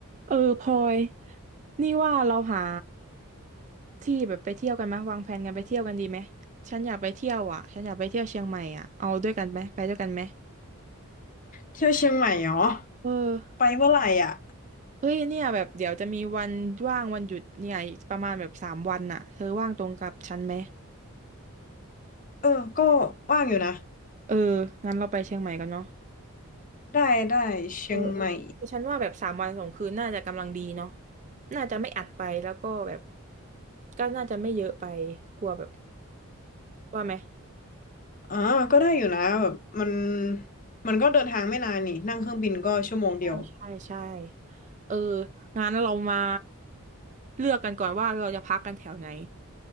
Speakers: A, on the right (about 35°); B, on the left (about 35°).
A: เออพลอยนี่ว่าเราหาที่แบบไปเที่ยวกันไหมยวางแผนกันไปเที่ยวกันดีไหมฉันอยากไปเที่ยวอ่ะฉันอยากไปเที่ยวเชียงใหม่อ่ะเอาด้วยกันไหมไปด้วยกันไหม
B: เที่ยวเชียงใหม่เหรอ
A: เออ
B: ไปเมื่อไหร่อ่ะ
A: เฮ้ยเนี่ยแบบเดี๋ยวจะมีวันว่างวันหยุดเนี่ยอีกประมาณแบบสามวันน่ะเธอว่างตรงกับฉันไหม
B: เออก็ว่างอยู่นะ
A: เอองั้นเราไปเชียงใหม่กันเนาะ
B: ได้ได้เชียงใหม่
A: เออเออคือฉันว่าแบบสามวันสองคืนน่าจะกำลังดีเนาะน่าจะไม่อัดไปแล้วก็แบบก็น่าจะไม่เยอะไปกลัวแบบว่าไหม
B: อ่าก็ได้อยู่นะแบบมันมันก็เดินทางไม่นานนี่นั่งเครื่องบินก็ชั่วโมงเดียว
A: ใช่ใช่ใช่เอองั้นเรามาเลือกกันก่อนว่าเราจะพักกันแถวไหน